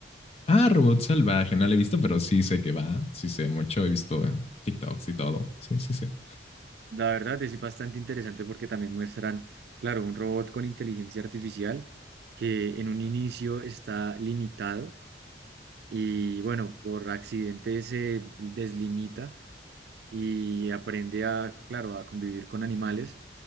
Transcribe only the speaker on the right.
La verdad es bastante interesante porque también muestran, claro, un robot con inteligencia artificial que en un inicio está limitado. y bueno, por accidente se deslimita y aprende a, claro, a convivir con animales,